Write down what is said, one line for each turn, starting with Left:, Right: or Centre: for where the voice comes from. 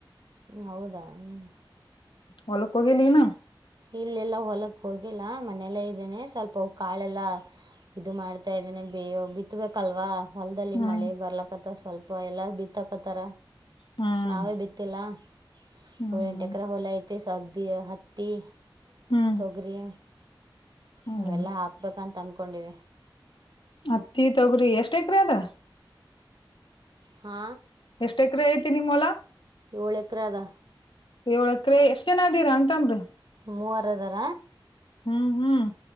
Right: ಹೌದಾ ಹ್ಮ್ <inaudible>
Left: ಹೊಲಕ್ಕೆ ಹೋಗಿಲ್ಲೆನ
Right: ಇಲ್ಲೆಲ್ಲ ಹೊಲಕ್ ಹೋಗಿಲ್ಲ ಮನೆಯಲ್ಲೇ ಇದ್ದೇನನೆ ಸ್ವಲ್ಪ ಕಾಳೆಲ್ಲ ಇದು ಮಾಡ್ತಾ ಇದ್ದೇನೆ ಬೇಯೋ ಬಿತ್ಬೇಕಲ್ವಾ. ಹೊಲದಲ್ಲಿ
Left: ಹ್ಮ್
Right: ಮಳೆ ಬರ್ಲಕತ್ತ <inaudible> ಸ್ವಲ್ಪ ಎಲ್ಲಾ ಬಿತ್ತಾಕತಾರ
Left: ಹ್ಮ್
Right: ನಾವೇ ಬಿತ್ತಿಲ್ಲ <unintelligible>
Left: ಹ್ಮ್
Right: ಎಂಟಕ್ರ ಹೊಲ ಐತಿ ಸವ. <unintelligible> ಹತ್ತಿ
Left: ಹ್ಮ್
Right: ತೊಗರಿ
Left: ಹೌದ
Right: ನಾವೆಲ್ಲಾ ಹಾಕ್ಬೇಕಂತ ತಂದ್ಕೊಂಡಿವಿ
Left: ಹತ್ತಿ ತೊಗ್ರಿ ಎಷ್ಟ ಏಕ್ರಿ ಅದ
Right: ಹಾ
Left: ಏಷ್ಟೆಕ್ರಯ ಐತೆ ನಿಮ್ ಹೊಲ
Right: ಏಳು ಎಕರೆ ಅದ
Left: ಏಳಕ್ರೆ ಎಷ್ಟ ಜನ್ ಅಡ್ಡಿರಾ ತಮ್ರ
Right: ಮೂವರದರ
Left: ಹ್ಮ್ ಹ್ಮ್